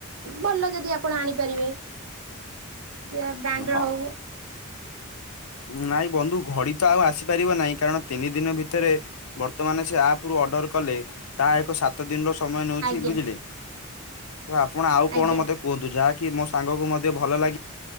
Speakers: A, on the right; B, on the left.
A: ଭଲ ଯଦି ଆପଣ ଆଣିପାରିବେ ବ୍ରାଣ୍ଡ
B: ହଁ
A: ହଉ।
B: ନାଇଁ ବନ୍ଧୁ ଘଡି ତ ଆଉ ଆସିପାରିବ ନାହିଁ କାରଣ ତିନି ଦିନ ଭିତରେ ବର୍ତ୍ତମାନ ସେ ଆପ ରୁ ଅର୍ଡର କଲେ ତାହା ଏକ ସତ ଦିନ ର ସମୟ ନେଉଛି
A: ଆଜ୍ଞା
B: ବୁଝିଲେ ତ ଆପଣ ଆଉ
A: ଆଜ୍ଞା
B: କଣ ମତେ କୁହନ୍ତୁ ଯାହାକି ମ ସାଙ୍ଗକୁ ମଧ୍ୟ ଭଲ ଲାଗିବ